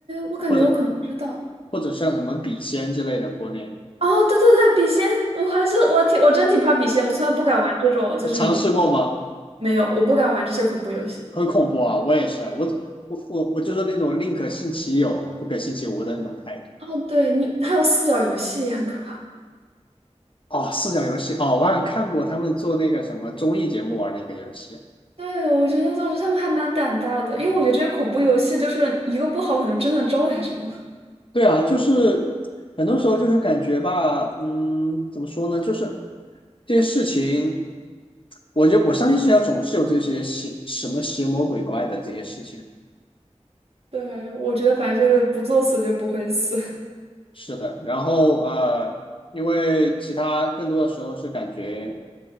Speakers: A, on the right; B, on the left.
A: 我感觉我可能知道，
B: 或者或者像什么笔仙之类的国内
A: 哦，对对对，笔仙，我还是我挺我真挺怕笔仙，我从来不敢玩这种，就是一
B: 的尝试过吗？
A: 没有，我不敢玩这些恐怖游戏。
B: 很恐怖啊！我也是，我我我我就是那种宁可信其有，不可信其无的那种态度。
A: 哦，对你还有四角游戏也很可怕。
B: 哦，四角游戏哦，我好像看过他们做那个什么综艺节目玩那个游戏，
A: 对，我觉得我觉得他们还蛮胆大的，因为我觉得这些恐怖游戏就是一个不好，可能真的招来什么。
B: 对啊，就是很多时候就是感觉吧，嗯，怎么说呢？就是这些事情，我觉得我相信世界上总是有这些邪什么邪魔鬼怪的这些事情。
A: <laughs> 对，我觉得反正就是不作死就不会死。
B: 是的，然后呃，因为其他更多的时候是感觉，